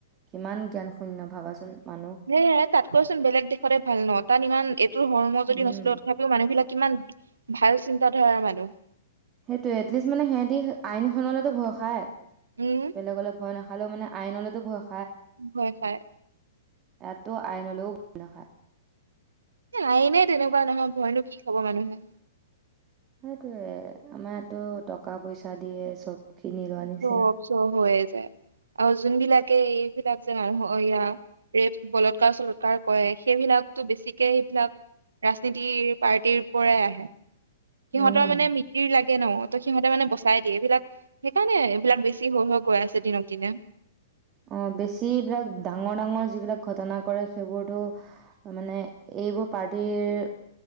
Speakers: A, on the right (about 30°); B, on the right (about 90°).
A: কিমান জ্ঞান শূন্য ভাবাচোন মানুহ
B: সে তাত কৈচোন বেলেগ দেশতে ভাল নহ তাত ইমান ত ধৰ্ম যদি
A: উম,
B: নছিললে তথাপিও মানুহবিলাক কিমান ভাল চিন্তাাধাৰাৰ মানুহ
A: সেইটোৱে এটলিষ্ট মানে সিহঁতি আইনখনলৈতো ভয় খাই
B: উম
A: বেলেগ অলপ ভয় নহয় ভালে মানে আইনলৈতো ভয়
B: হয় হয়
A: ইয়াতো আইনলৈও ব নাখায়
B: আইনে তেনেকুৱা নহয় ভয়নো কি খাব মানুহে
A: সেইটোয়ে আমাৰো টকা পইচা দিয়ে চব কিনি লোৱা নিচিনা।
B: চব চব হৈ যায় আৰু যোন বিলাকে বিলাক যে মানুহয়া ৰে বলৎকাৰ চলৎকাৰ কৰে সেইবিলাকতো বেছিকে সেইবিলাক ৰাজনীতি পাৰ্টিৰ পৰাই আহে সিহঁতৰ
A: উম,
B: মানে মিতিৰ লাগে ন ত সিহঁতে মানে বস চাই দিয়ে এইবিলাক সেইকাৰণে এইবিলাক বেছি হৈ হৈ গৈ আছে দিনক দিনে
A: অ বেছি বিলাক ডাঙৰ ডাঙৰ যিবিলাক ঘটনা কৰে সেইবোৰতো মানে এইবোৰ পাৰ্টিৰ